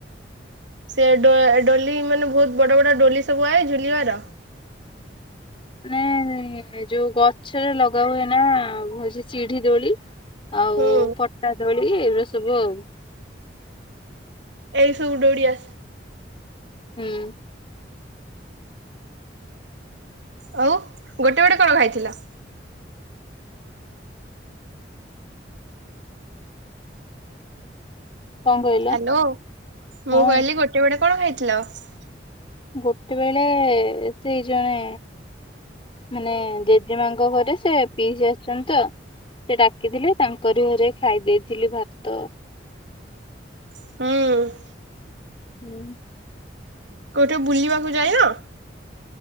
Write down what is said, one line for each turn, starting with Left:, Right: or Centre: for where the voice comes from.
Right: ସେଡ ଡୋଲି ମାନେ ବହୁତ ବଡ ବଡ ଡୋଲି ସବୁ ଆଏ ଝୁଲିବାର
Left: ମାନେ ଯୋଉ ଗଛ, ଗଛରେ ଲଗା ହୁଏ ନା ହଉଛି ଚିଢି ଦୋଳି ଆଉ
Right: ହୁଁ।
Left: ପଟା ଦୋଳି ଏଇଗଳି ସବୁ ଆଉ
Right: ଏଇସବୁଡୋଡିଆସ
Left: ହୁଁ
Right: ହଉ ଗୋଟେ ବଟେ କଣ ଖାଇଥିଲା
Left: କଣ କହିଲ
Right: ହ୍ୟାଲୋ
Left: ହଁ।
Right: ମୁଁ କହିଲି ଗୋଟେ ବଡେ କଣ ଖାଇଥିଲ ଥିଲ
Left: ଗୋଟେ ବେଳେ ସେଇ ଜଣେ ମାନେ ଜେଜେମାଙ୍କ ଘରେ ସେ ପିଇସି ଆସିଛନ୍ତି ତ ସେ ଡାକିଥିଲେ ତାଙ୍କରି ଘରେ ଖାଇ ଦେଇେଇଥିଲି ଭାତ
Right: ହଁ
Left: ହୁଁ
Right: କୋଉଠି ବୁଲିବାକୁ ଯାଇଏନା